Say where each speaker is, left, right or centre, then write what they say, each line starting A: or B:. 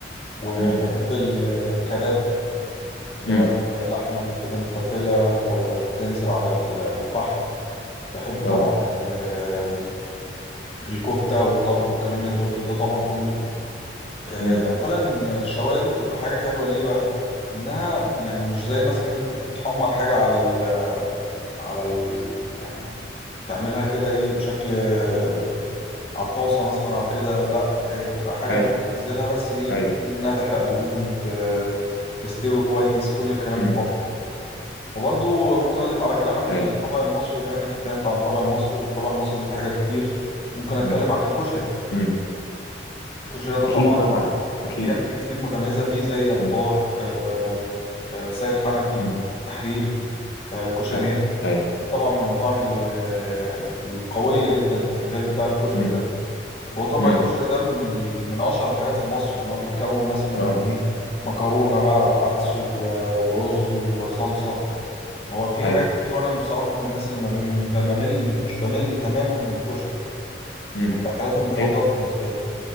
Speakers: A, on the left; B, on the left.
A: وبحب
B: مم،
A: ال- الكباب اللي
B: مم،
A: هو اللحمه اللي بتبقى متبله وتنزل على ال- الفحم بحب طبعا
B: آه،
A: ال- الكفته والطرب والكلام اللي انت قلته ده طبعا كله آه،
B: مم،
A: اولا الشوايه دي بتبقى حاجه حلوه ليه بقى انها يعني مش زي مثلا ان انت تحمر حاجه على ال على ال يعني تعملها كده ايه بشكل آه، على الطاسه مثلا او كده لا هي بتبقى حاجه
B: ايوه
A: انت بتنزلها بس ايه
B: ايوه
A: بتبتدي انها تحرق دهون ت- تستوي كويس كل الكلام
B: مم،
A: ده طبعا وبرضه ممكن اضيف على كلامك الطبق
B: ايوه
A: المصري بما انك اتكلمت عن الطبق المصري والطبق المصري ده في حاجات كتير ممكن اتكلم
B: مم،
A: عن الكشري
B: مم.
A: الكشري ده
B: اكيد
A: طبعا
B: طبعا اكيد
A: في اماكن كتير متميزه فيه زي ابو
B: مم.
A: طارق آه آه، سيد حنفي
B: مم.
A: تحرير آه، كشري
B: ايوه
A: هند
B: ايوه
A: طبعا من المطاعم ال- آه، القوية جدا في المجال بتاع الكشري
B: امم
A: ده وهو طبق
B: امم
A: الكشري ده من ال... من أشهر الحاجات في مصر إن هو بيتكون مثلا
B: اه
A: من إيه مكرونة بقى وعدس و... ورز وصلصة هو في
B: ايوه
A: حاجات كتير وأنا بصراحة من الناس اللي ما بم- بمل مش بمل تماما من الكشري
B: امم
A: يعني من الأكلات المفضلة
B: هي
A: بالنسبة لي